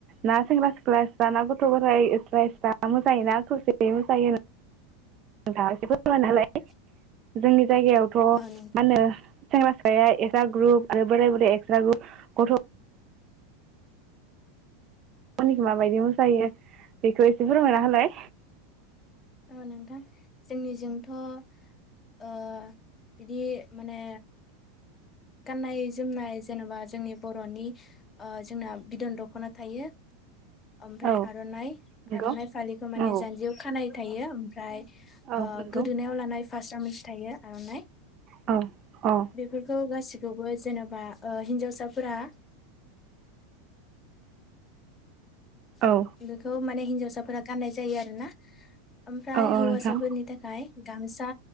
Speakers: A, on the right; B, on the left.
A: ना सेंग्रा सिख क्स जाना गथफोर एस्रा एस्रा। मोसायोना खौसेयै मोसायो। नोंथाङा एसे फोरमायना होलाय
B: <unintelligible>
A: जोंनि जायगायावथ मा
B: औ नोंथां
A: होनो सेंग्रा सिखाया एस स्रा ग्रुप आरो बोराय बोरिय एक्स जागु गथ <unintelligible> माबायदि मोसायो बेखौ एसे फोरमायना होलाय
B: ओ नोंथां जोंनिजोंथ ओ बिदि माने गाननाय जोमनाय जेनेबा जोंनि बरनि ओ जोंना बिदन दखना थायो ओमफ्राय
A: औ
B: आरनाइ
A: नंगौ
B: आरनाइ फालिखौ माने
A: औ
B: जान्जियाव खानाय थायो ओमफ्राय
A: औ
B: ओ
A: नंगौ
B: गोदोनायाव लानाय फा स्रा मोनसे थायो आरनाइ
A: औ औ
B: बेफोरखौ गासि खौबो जेनबा ओ हिन्जावसाफोरा <unintelligible>
A: औ
B: खौ माने हिनजाव साफोरा गाननाय जायो आरो ना ओमफ्राय
A: औ औ
B: हौवासाफोरनि
A: नोंथां
B: थाखाय गामसा